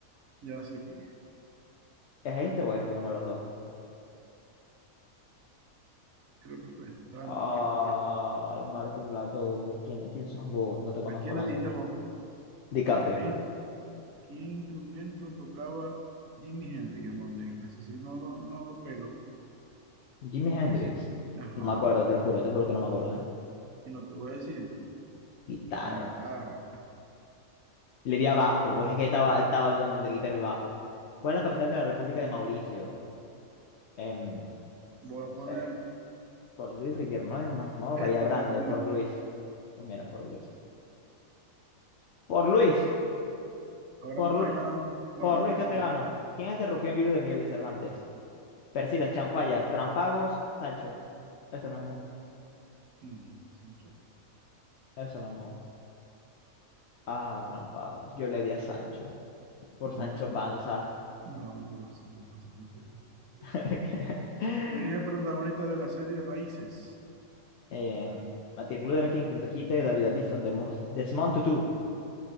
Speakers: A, on the right; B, on the left.
A: Ya sé quién es.
B: ¿Es este o este? Uno de los dos.
A: Creo que fue. Ah,
B: Ay,
A: me equivoqué.
B: Martin Lado, ¿quién, quién sos vos? No te conozco,
A: ¿A quién
B: Lando.
A: le diste vos?
B: DiCaprio.
A: ¿Qué, in- qué instrumento tocaba Jimi Hendrix en Mondstadt? Ese sí no lo, no lo pelo.
B: Jimi Hendrix.
A: Ese sí. Ajá.
B: No me acuerdo, te lo juro, te juro que no me acuerdo, ¿eh?
A: Y no te voy a decir.
B: Guitarra.
A: La guitarra.
B: Le di abajo,
A: Ve,
B: porque es que estaba, estaba dudando entre guitarra y bajo. ¿Cuál es la capital de la República de Mauricio? Em, no
A: Voy a
B: sé,
A: poner,
B: Port Luis, Rivière Mangemor,
A: este
B: Bahía Grande,
A: voy a poner.
B: Port Luis. Pues mira, Port Luis. Por Luis,
A: Ahora
B: por,
A: me
B: Lu-
A: vas ganando, va
B: por
A: ganando
B: Luis qué te
A: tú.
B: gano. ¿Quién es el rufián viudo de Miguel de Cervantes? Persiles, Chanfalla, Trampagos, Sancho. Este mismo,
A: Mm, Sancho.
B: ese mismo. Ah, trampado. Yo le di a Sancho, por
A: No,
B: Sancho
A: Sancho.
B: Panza.
A: No, pero Sancho Panza no es de- de
B: <laughs>
A: ese juego.
B: Que-
A: ¿Quién es el protagonista de la serie Raíces?
B: Eh, Martin Luther King, kun takite, David Addison, Demos- Desmond Tutu.